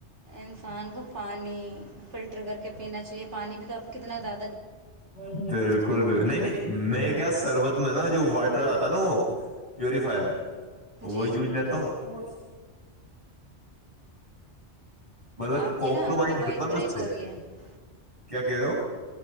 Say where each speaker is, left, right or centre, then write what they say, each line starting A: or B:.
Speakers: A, on the right (about 75°); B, on the right (about 30°).
A: انسان کو پانی فلٹر کر کے پینا چاہیے پانی بھی تو اپ کتنا زیادہ
B: ہ بالکل بکل نہیں نہیں میں کیا سربت میں نا جو واٹر آتا نا وہ پیوریفائر
A: جی
B: وہ یوج
A: جی
B: لیتا ہوں پن مطلب
A: آپ
B: کمپرمائز
A: کی نا آپ کی
B: نہیں
A: وائس
B: کرتا
A: بریک
B: م سے
A: ہو رہی ہے
B: کیا کہ رہے ہو